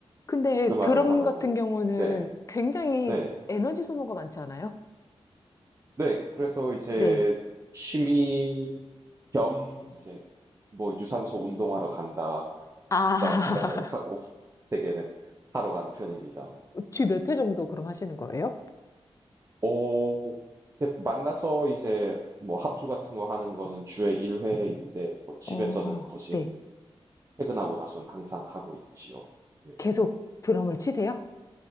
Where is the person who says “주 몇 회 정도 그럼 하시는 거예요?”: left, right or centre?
Left